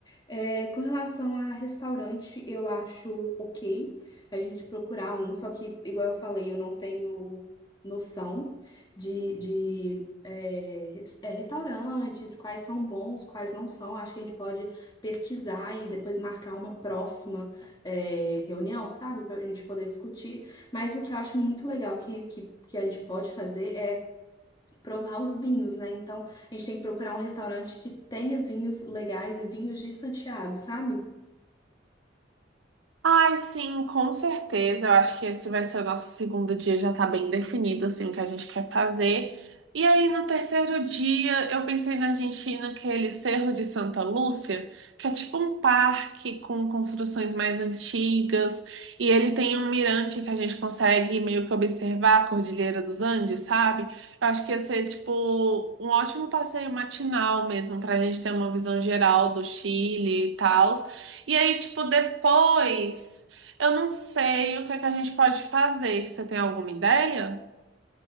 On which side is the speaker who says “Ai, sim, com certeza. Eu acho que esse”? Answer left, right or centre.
Right